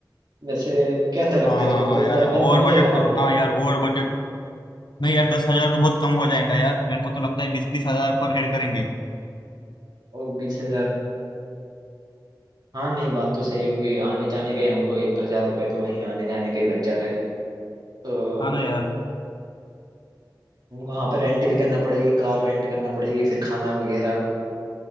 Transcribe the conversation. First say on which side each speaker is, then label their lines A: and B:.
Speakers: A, on the right; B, on the left.
A: वैसे क्या लगता
B: हाँ
A: है
B: हाँ
A: तुमको
B: हाँ
A: दस
B: यार
A: हजार के
B: ओवर
A: अंदर हो
B: बजट
A: जाएगा हमारा
B: तो
A: ट्रिप?
B: हाँ यार ओवर बजट नहीं यार दस हजार तो बहुत कम हो जाएगा यार मेरे को तो लगता है बीस बीस हजार पर हेड करेंगे
A: ओ बीस हजार, हाँ नहीं बात तो सही है क्योंकि आने जाने का ही हमको एक दो हजार रुपए तो वहीं आने जाने का ही लग जा रहा है तो
B: हाँ ना यार
A: वहां पे रेंट भी करना पड़ेगी कार रेंट करना पड़ेगी फिर खाना वगैरह